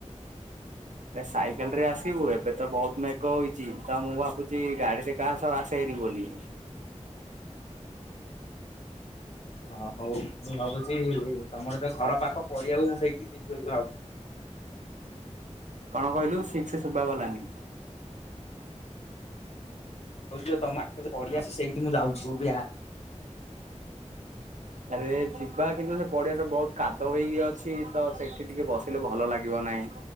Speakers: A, on the right; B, on the left.
A: ହେ ସାଇକେଲ ରେ ଆସିବୁ। ଏବେ ତ ବହୁତ ମେଘ ହୋଇଚି। ତ ମୁଁ ଭାବୁଛି ଗାଡିରେ କାହା ସହ ଆସେ। ବୋଲି।
B: ହ ହଉ ମୁଁ ଭାବୁଛି ତମର ତ ଘର ପାଖ ପଡିଇଆକୁ ମୁଁ ସେଇଟିକି ଯିିବି ଭାବୁ
A: କଣ କହିଲୁ ସିକ ସେ ଶୁଭା ଗଲାନି।
B: କହୁଛି ତମ ପାଖେ ଯୋଉ ପଡ଼ିଆ ଅଛି ସେଇଠି ମୁଁ ଯାଉଛି ତୁ ବି ଆ।
A: ଆରେ ଯିବା କିନ୍ତୁ ସେ ପଡିଆରେ ବହୁତ କାଦ ହେଇଅଛି। ତ ସେଠି ଟିକେ ବସି ଲେ ଭଲ ଲାଗିବ ନାଇଁ।